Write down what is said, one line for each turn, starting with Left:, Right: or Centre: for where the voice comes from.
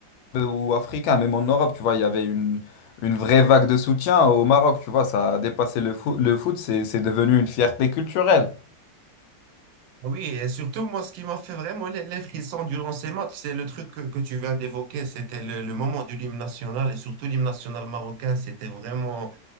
Left: ou africains, même en Europe, tu vois, il y avait une, une vraie vague de soutien au Maroc, tu vois, ça a dépassé le foot, le foot, c'est, c'est devenu une fierté culturelle.
Right: Ah Oui, et surtout, moi, ce qui m'a fait vraiment les, les frissons durant ces matchs, c'est le truc que, que tu viens d'évoquer. C'était le, le moment du hymne national et surtout l'hymne national marocain. C'était vraiment...